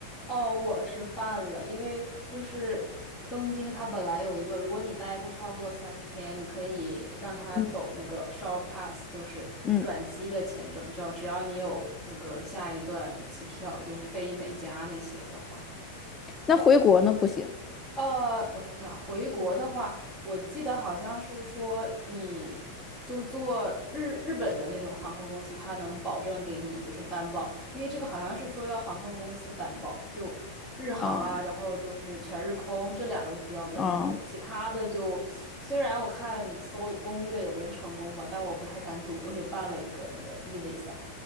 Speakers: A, in the centre; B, on the left.
A: 哦，我是办了，因为就是东京它本来有一个，如果你待不超过三天，你可以让他走那个
B: 嗯，
A: short pass，就是转机的签证，
B: 嗯，
A: 只要只要你有那个下一段机票，就是飞美加那些的话。
B: 那回国那不行
A: 呃，我想想，回国的话，我记得好像是说，你就坐日日本的那种航空公司，它能保证给你就是担保，因为这个好像是说要航空公司担保，就日航啊，
B: 啊
A: 然后就是全日空这两个比较稳妥，
B: 啊
A: 其他的就虽然我看搜攻略有人成功吧，但我不太敢赌，我就办了一个那个 e-visa。